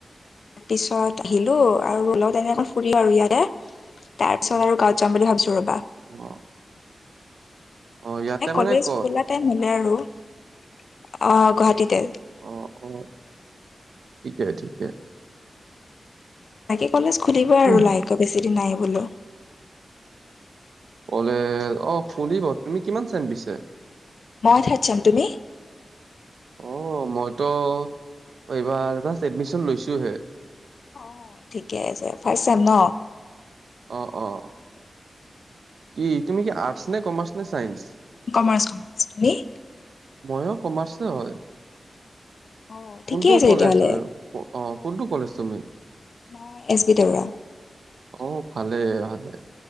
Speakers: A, on the left; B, on the right.
A: পিছত আহিলো আৰু লগত তেনে ফুৰিলো আৰু ইয়াতে। তাৰ পিছত আৰু গাঁৱত যাম বুলি ভাবিছো ৰবা।
B: অ। অ ইয়াতে
A: এ কলেজ
B: মানে ক'ত
A: খোলা টাইম হলে আৰু অ গুৱাহাটীতে।
B: অঁ অঁ ঠিকেই ঠিকেই।
A: তাকে কলেজ খুলিবই আৰু
B: উম।
A: লাহেকে বেছি দিন নাই বোলো।
B: কলেজ অ খুলিব, তুমি কিমান চেম পিছে?
A: মই থাৰ্ট চেম, তুমি?
B: অ মইতো এইবাৰ যাষ্ট এডমিশ্যন লৈছোহে।
A: অ ঠিকে আছে ফাষ্ট চেম ন?
B: অ অ। কি তুমি কি আৰ্টচ নে, কমাৰ্চ নে, চাইন্স?
A: কমাৰ্চ কমাৰ্চ, তুমি?
B: মইয়ো কমাৰ্চে হয়,
A: অ ঠিকে
B: কোনটো
A: আছে
B: কলেজৰ?
A: তেতিয়াহ'লে
B: অ, কোনটো কলেজ তুমি?
A: মই এছ বি দেউৰা।
B: অ ভালেই ভালে,